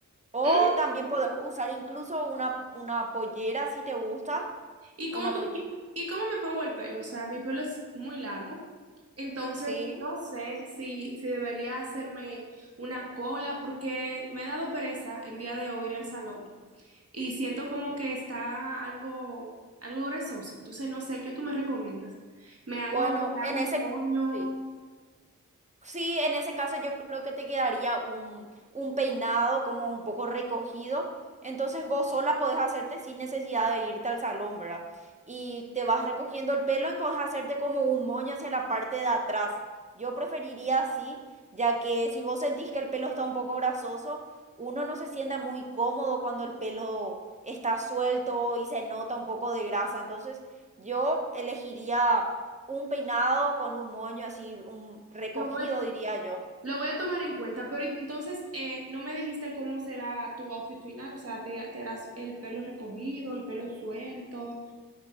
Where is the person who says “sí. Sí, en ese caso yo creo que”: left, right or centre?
Right